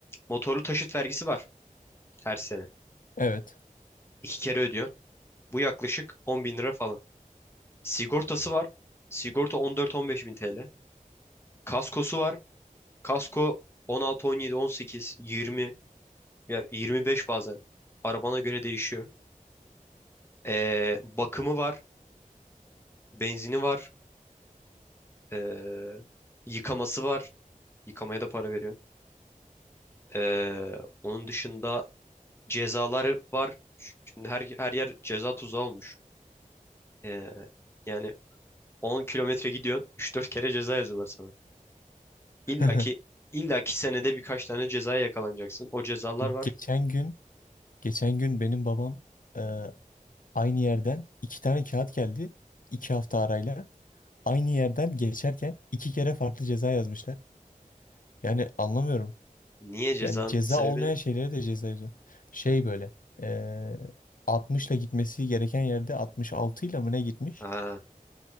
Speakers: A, on the left; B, on the left.
A: motorlu taşıt vergisi var her sene.
B: Evet.
A: İki kere ödüyor. Bu yaklaşık 10 bin lira falan. Sigortası var. Sigorta 14-15 bin TL. Kaskosu var. Kasko 16, 17, 18, 20 ya 25 bazen. Arabana göre değişiyor. Ee, bakımı var, benzini var, ee, yıkaması var. Yıkamaya da para veriyorum. Ee, onun dışında cezaları var. Ş- Şimdi her, her yer ceza tuzağı olmuş. Ee, yani 10 kilometre gidiyorsun, üç dört kere ceza yazıyorlar sana. İlla
B: <laughs>
A: ki, illa ki senede birkaç tane cezaya yakalanacaksın. O cezalar var.
B: Geçen gün geçen gün benim babam e, aynı yerden iki tane kağıt geldi. iki hafta arayla. Aynı yerden geçerken iki kere farklı ceza yazmışlar. Yani anlamıyorum.
A: Niye cezanın
B: yani ceza
A: sebebi
B: olmayan
A: ne?
B: şeylere de ceza yazıyor. Şey böyle eee 60'la gitmesi gereken yerde 66 ile mı ne gitmiş?
A: Ha,